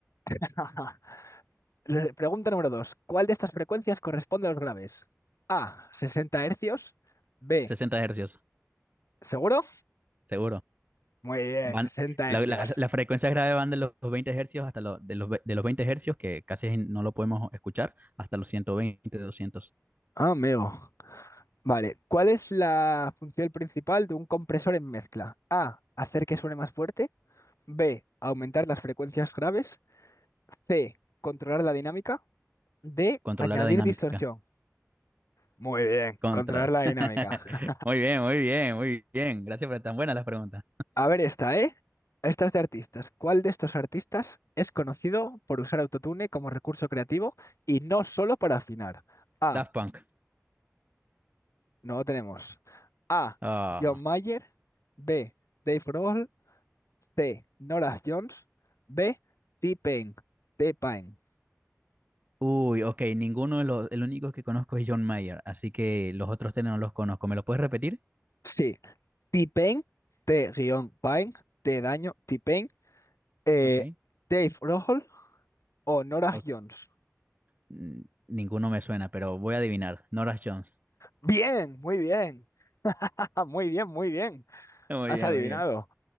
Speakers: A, on the left; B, on the right.
A: <laughs> Re- Pregunta número 2. ¿Cuál de estas frecuencias corresponde a los graves? A, 60 hercios. B,
B: sesenta hercios,
A: ¿seguro?
B: seguro.
A: Muy bien,
B: Van,
A: 60
B: la,
A: hercios.
B: la, las frecuencias graves van de los 20 hercios hasta los, de los, ve- de los 20 hercios, que casi no lo podemos escuchar, hasta los 120, doscientos,
A: Ah, Amigo. Vale, ¿cuál es la función principal de un compresor en mezcla? A, hacer que suene más fuerte. B, aumentar las frecuencias graves. C, controlar la dinámica. D,
B: Controlar
A: añadir
B: la dinámica.
A: distorsión. Muy bien,
B: Contra.
A: controlar la dinámica.
B: <laughs> Muy bien, muy bien, muy bien. Gracias por tan buenas las preguntas.
A: A ver esta, ¿eh? Esta es de artistas. ¿Cuál de estos artistas es conocido por usar autotune como recurso creativo y no solo para afinar? A.
B: Daft Punk.
A: No lo tenemos. A.
B: Ah.
A: John Mayer. B. Dave Grohl. C. Norah Jones. B. T-Pain. T-Pain.
B: Uy, ok, ninguno de los, el único que conozco es John Mayer, así que los otros tres no los conozco. ¿Me lo puedes repetir?
A: Sí. T-Pain. T-Pain. T daño. T-Pain. eh,
B: Ok.
A: Dave Grohl o Norah
B: Ok,
A: Jones.
B: mm, Ninguno me suena, pero voy a adivinar. Norah Jones.
A: Bien, muy bien. <laughs> Muy bien, muy bien.
B: <laughs> Muy
A: Has
B: bien,
A: adivinado.
B: muy bien.